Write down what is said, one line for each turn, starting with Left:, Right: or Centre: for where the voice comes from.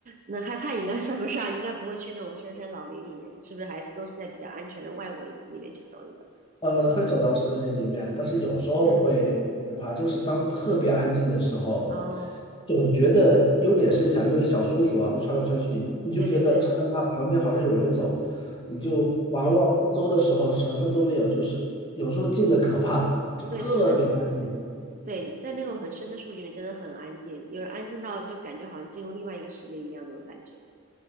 Right: 那害怕应该算不上，应该不会去那种深山老林里面，是不是还是都是在比较安全的外围那边去走一走？
Left: 呃，会走到森林里面，但是有时候会会怕，
Right: 嗯，
Left: 就是当特别安静的时候，
Right: 哦，
Left: 总觉得有点声响，因为小松鼠啊会窜来窜去，你就觉得嚓嚓嚓旁边好像有人走，
Right: 对对对
Left: 你就玩望四周的时候什么都没有，就是有时候静的可怕，就特别安静。
Right: 对，是的，对，在那种很深的树里面真的很安静，有人安静到就感觉好像进入另外一个世界一样那种感觉，